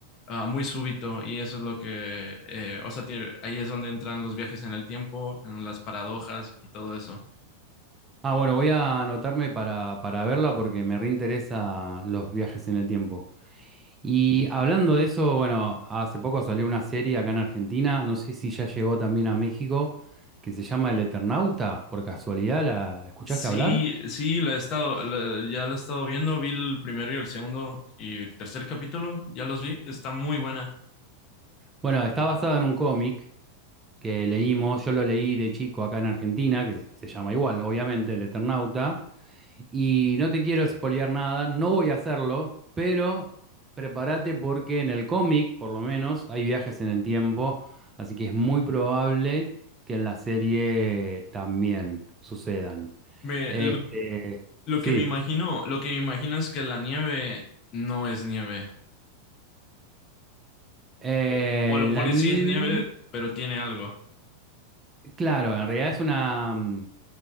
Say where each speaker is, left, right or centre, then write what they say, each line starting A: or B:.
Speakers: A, on the left (about 35°); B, on the right (about 20°).
A: ah, muy súbito y eso es lo que, eh, o sea, tiene- ahí es donde entran los viajes en el tiempo, en las paradojas y todo eso.
B: Ah, bueno, voy a anotarme para, para verla porque me reinteresa los viajes en el tiempo. Y hablando de eso, bueno, hace poco salió una serie acá en Argentina, no sé si ya llegó también a México, que se llama El Eternauta, por casualidad, ¿la escuchaste
A: Sí,
B: hablar?
A: sí, la he estado, la- ya la he estado viendo, vi el primero y el segundo y el tercer capítulo, ya los vi, está muy buena.
B: Bueno, está basada en un cómic que leímos, yo lo leí de chico acá en Argentina, que se se llama igual, obviamente, El Eternauta. Y no te quiero espolear nada, no voy a hacerlo, pero prepárate porque en el cómic, por lo menos, hay viajes en el tiempo, así que es muy probable que en la serie también sucedan.
A: Me,
B: Este,
A: lo, lo
B: sí,
A: que me imagino, lo que me imagino es que la nieve no es nieve,
B: Eh,
A: o, o a lo
B: la
A: mejor
B: nieve,
A: sí es nieve, pero tiene algo.
B: claro, en realidad es una, mm,